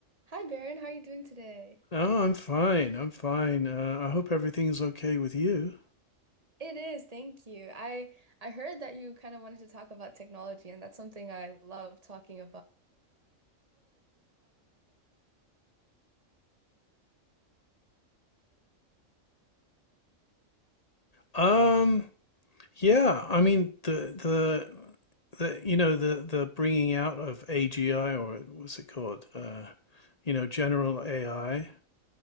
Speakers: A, on the right; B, on the left.
A: Hi Baron, how are you doing today?
B: Oh, I'm fine. I'm fine. Uh, I hope everything's okay with you.
A: It is, thank you. I I heard that you kind of wanted to talk about technology, and that's something I love talking
B: Um, yeah, I mean the the the you know the the bringing out of AGI or what's it called? Uh, you know, general AI.